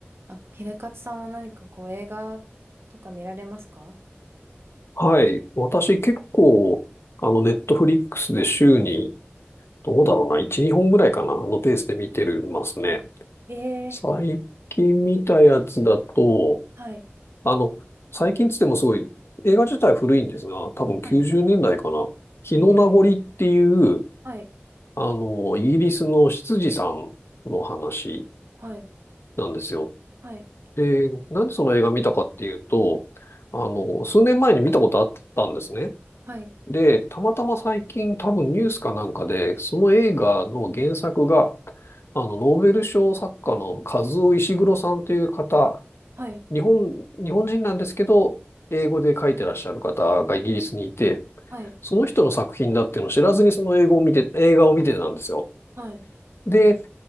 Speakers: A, on the right; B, on the left.
A: あ、秀勝さんは何かこう映画とか見られますか
B: はい。私結構、あの、ネットフリックスで週に、どうだろうな、1、2本ぐらいかな、あのペースで見てるますね。
A: ええー
B: 最近見たやつだと、
A: はい、
B: あの、最近つってもすごい、映画自体古いんですが、多分90年代かな。
A: はい、
B: 日の名残っていう、
A: ええはい、
B: あの、イギリスの執事さんの話
A: はい、
B: なんですよ。
A: はい、
B: で、なんでその映画見たかっていうと、あの、数年前に見たことあったんですね。
A: はい、
B: で、たまたま最近多分ニュースかなんかで、その映画の原作が、あの、ノーベル賞作家のカズオ・イシグロさんという方、
A: はい、
B: 日本、日本人なんですけど、英語で書いてらっしゃる方がイギリスにいて、
A: はい、
B: その人の作品だっていうのを知らずにその英語を見て、映画を見てたんですよ。
A: はい、
B: で、